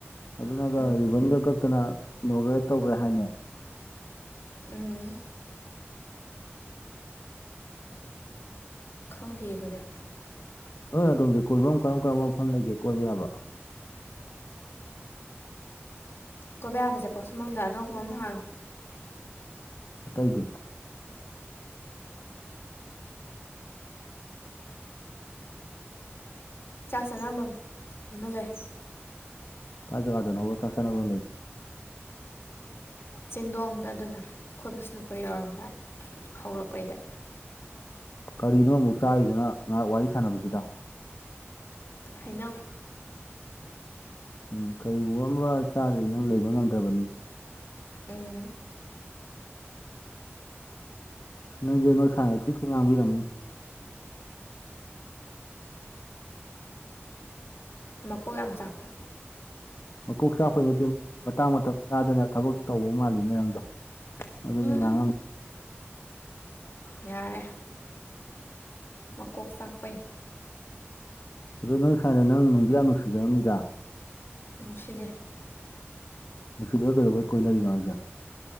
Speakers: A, on the left (about 80°); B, on the left (about 60°).
A: ꯑꯗꯨꯅꯒ
B: ꯎꯝ
A: ꯔꯤꯕꯟꯒ ꯀꯛꯇꯅ ꯏꯅꯣꯒ꯭ꯔꯦꯠ ꯇꯧꯈ꯭ꯔꯦ ꯍꯥꯏꯅꯦ
B: ꯎꯝ ꯈꯪꯗꯦ ꯑꯗꯨꯅꯦ
A: ꯍꯣꯏ ꯑꯗꯣꯝꯁꯦ ꯀꯣꯏꯕ ꯀꯔꯝ ꯀꯔꯝꯕ ꯃꯐꯝ ꯂꯩꯒꯦ ꯀꯣꯏꯕ ꯌꯥꯕ
B: ꯀꯣꯕ ꯌꯥꯕꯁꯦ ꯄꯣꯠꯁꯨꯝꯣꯝꯗ ꯑꯅꯧꯕ ꯑꯃ ꯍꯥꯡ
A: ꯑꯠꯇꯩꯗꯤ
B: ꯆꯥꯛ ꯆꯥꯐꯝ ꯑꯃ ꯂꯩ
A: ꯀꯥꯏ ꯖꯒꯥꯥꯗꯅꯣꯕ ꯆꯥꯛ ꯆꯥꯅꯕꯝ ꯂꯩ
B: ꯆꯦꯡꯗꯣꯡꯗ ꯑꯗꯨꯅ ꯑꯩꯈꯣꯏ ꯕꯤꯁꯅꯨꯄꯨꯔ ꯌꯧꯔꯝꯗꯥꯏ ꯍꯧꯔꯛꯄꯩꯗ
A: ꯀꯔꯤꯅꯣ ꯑꯃꯨꯛ ꯆꯥꯔꯤꯗꯅ ꯉꯥꯏꯍꯥꯛ ꯋꯥꯔꯤ ꯁꯥꯟꯅꯕꯁꯤꯗ
B: ꯍꯩꯅꯧ
A: ꯎꯝ ꯀꯔꯤꯒꯨꯝꯕ ꯑꯃ ꯆꯥꯗꯔꯗꯤ ꯅꯪ ꯂꯩꯕ ꯉꯝꯗ꯭ꯔꯕꯅꯤ
B: ꯎꯝ
A: ꯅꯪꯁꯦ ꯅꯣꯏ ꯏꯁꯅ ꯊꯤ ꯊꯤ ꯉꯥꯡꯕꯤꯔꯝꯅꯤ
B: ꯃꯀꯣꯛ ꯌꯥꯝ ꯆꯥꯛꯄ
A: ꯃꯀꯣꯛ ꯆꯥꯛꯄꯩꯩꯅꯗꯦꯅꯦ ꯃꯇꯥꯡ ꯃꯇꯝ ꯆꯥꯗꯅ ꯊꯕꯛ ꯇꯧꯕ ꯃꯥꯜꯂꯤꯅꯦ ꯅꯪꯗꯣ ꯑꯗꯨꯒꯤ
B: ꯎꯝ
A: ꯉꯥꯡꯉꯝ
B: ꯎꯝ ꯌꯥꯔꯦ ꯃꯀꯣꯛ ꯆꯥꯛꯄꯩꯅꯦ
A: ꯑꯗꯣ ꯅꯣꯏ ꯁ꯭ꯋꯥꯏꯗ ꯅꯪ ꯅꯨꯡꯗꯤ ꯌꯥꯝ ꯅꯨꯡꯁꯤꯖꯔꯝꯅꯤꯗ
B: ꯅꯨꯡꯁꯤꯗꯦ
A: ꯃꯁꯤꯗ ꯀꯩꯗꯧꯕꯩ ꯀꯣꯏꯅꯔꯤꯅꯣ ꯍꯥꯏꯁꯔꯦ